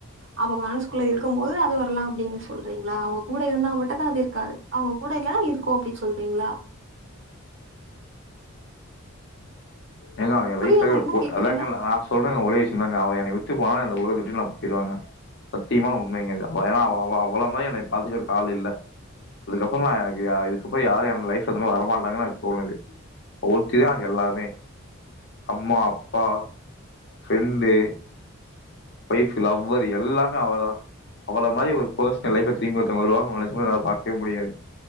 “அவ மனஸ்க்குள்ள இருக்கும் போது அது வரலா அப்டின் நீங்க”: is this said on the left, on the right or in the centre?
Right